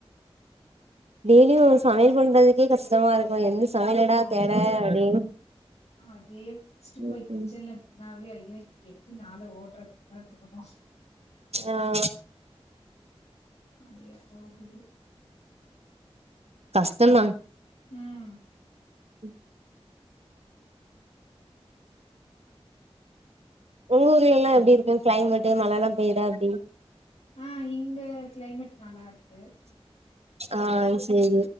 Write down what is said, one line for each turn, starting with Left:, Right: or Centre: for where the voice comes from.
Right: டெய்லியு சமையல் பண்றதுக்கே கஷ்டமா இருக்கு எந்த சமையல்டா
Left: ஆமா
Right: தேட அப்டின்னு
Left: அதே ஸ்ட்பே போய்
Right: ம்
Left: கிச்சன்ல
Right: ம்
Left: நின்னாவே ஐயா இன்னைக்கி எப்டி நாள ஓட்றதுன்னு தா தோணு
Right: அஹ
Left: அடியே போகுது
Right: கஷ்டோந்தா
Left: ம்
Right: ம் உங்க ஊர்லல்லா எப்டி இருக்கு கிளைமேட்டு் மழல்லா பெயுதா எப்டி
Left: ஆஹ் இங்க கிளைமேட் நல்லா இருக்கு
Right: ஆஹ் செரி